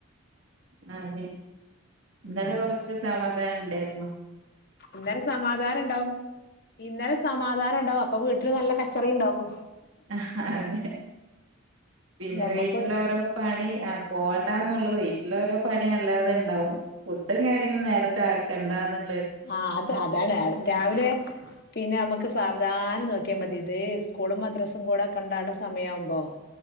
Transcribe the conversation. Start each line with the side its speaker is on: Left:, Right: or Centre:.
Right: <unintelligible> ഇന്നലെ
Left: ഉം
Right: കൊറച്ച് തമ ക്കാനുണ്ടാരുന്നു
Left: ഇന്നലെ സമാധാനണ്ടാവും ഇന്നലെ സമാധാനണ്ടാവും അപ്പം വീട്ടില് നല്ല കച്ച ച്ചറയിണ്ടാവും
Right: അഹ്ഹ അതെ പിന്നെ
Left: ഞമ്മക്ക്
Right: വീട്ടിലോരോ പണി പോണ്ടാന്നുള്ളതെ ള്ളോരോ പണി അല്ലാതെ ഇണ്ടാകും പുട്ടും കാര്യങ്ങളും നേരത്തെ ആ രണ്ടാമത്തെ
Left: അ അത് അതാണ് രാവിലെ പിന്നെ ഞമ്മക്ക് സ്കൂ സവധാനം നോക്യാ മതി ഇതേ സ്കൂളും മദ്രസേം കൂടെ ക്കണ്ടാണ് സമയാകുമ്പോ